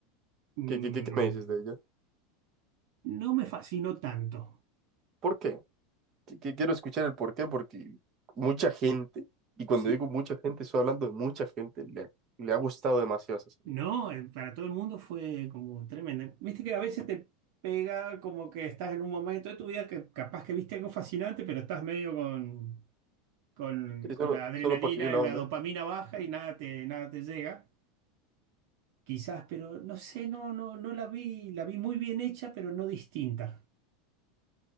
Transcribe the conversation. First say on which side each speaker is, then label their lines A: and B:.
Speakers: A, on the right; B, on the right.
A: mm,
B: ¿Qué, qué, qué, qué me dices de ella?
A: no me fascinó tanto.
B: ¿Por qué? Que- que quiero escuchar el por qué, porque mucha gente, y cuando
A: Sí.
B: digo mucha gente, estoy hablando de mucha gente, le, ha- le ha gustado demasiado esa serie.
A: No, eh, para todo el mundo fue como tremendo. Viste que a veces te pega como que estás en un momento de tu vida que capaz que viste algo fascinante, pero estás medio con, con,
B: Sí,
A: con
B: solo,
A: la adrenalina,
B: solo por seguir la
A: la
B: onda.
A: dopamina baja y nada te, nada te llega. Quizás, pero no sé, no, no, no la vi, la vi muy bien hecha, pero no distinta.